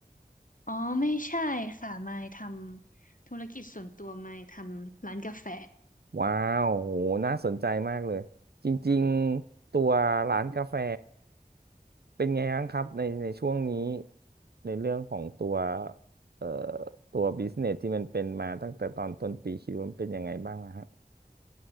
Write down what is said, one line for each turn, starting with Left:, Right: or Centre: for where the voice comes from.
Left: อ๋อไม่ใช่ค่ะมายทำธุรกิจส่วนตัวมายทำร้านกาแฟ
Right: ว้าวโหน่าสนใจมากเลยจริงๆตัวร้านกาแฟเป็นไงบ้างครับในในช่วงนี้ในเรื่องของตัวเอ่อตัวบิสเนสที่มันเป็นมาตั้งแต่ตอนต้นปีคิดว่ามันเป็นยังไงบ้างอะฮะ